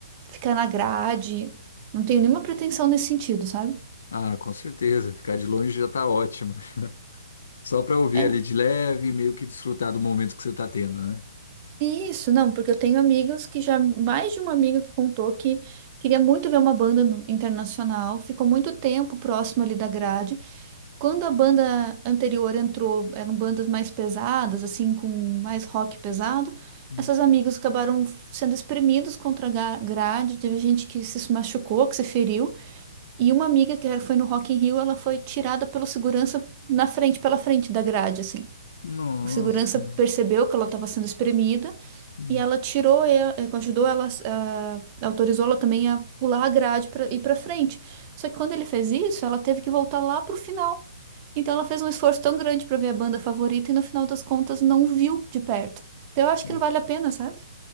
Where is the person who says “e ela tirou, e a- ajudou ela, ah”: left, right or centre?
Right